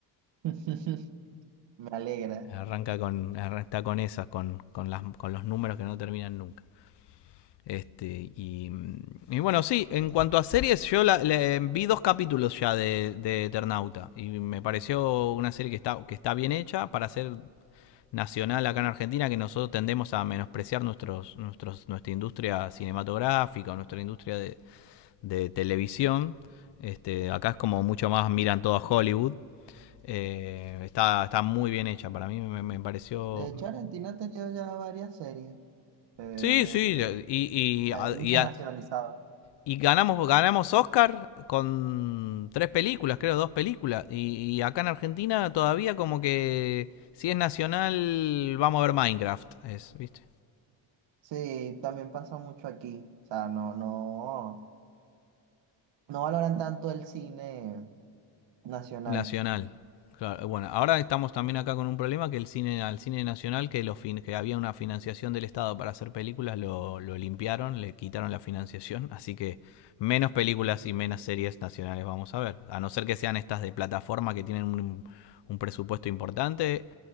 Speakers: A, on the right; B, on the left.
A: <laughs> Me alegra.
B: Arranca con, está con esas, con, con, las, con los números que no terminan nunca. Este, y, mm, y bueno, sí, en cuanto a series, yo la, le- vi dos capítulos ya de, de Eternauta y me pareció una serie que está, que está bien hecha para ser nacional acá en Argentina, que nosotros tendemos a menospreciar nuestros, nuestros, nuestra industria cinematográfica o nuestra industria de, de televisión. Este, acá es como mucho más miran todo a Hollywood. Eh, está, está muy bien hecha para mí, me, me pareció...
A: De hecho, Argentina ha tenido ya varias series. Eh,
B: Sí, sí, y,
A: también
B: y, y
A: internacionalizado.
B: Y ganamos, ganamos Oscar con tres películas, creo, dos películas. Y, y acá en Argentina todavía como que si es nacional, vamos a ver Minecraft. Es, ¿viste?
A: Sí, también pasa mucho aquí. O sea, no, no, no valoran tanto el cine nacional.
B: Nacional. Claro, bueno, ahora estamos también acá con un problema que el cine, al cine nacional, que, lo fin- que había una financiación del Estado para hacer películas, lo, lo limpiaron, le quitaron la financiación, así que menos películas y menos series nacionales vamos a ver. A no ser que sean estas de plataforma que tienen un, un presupuesto importante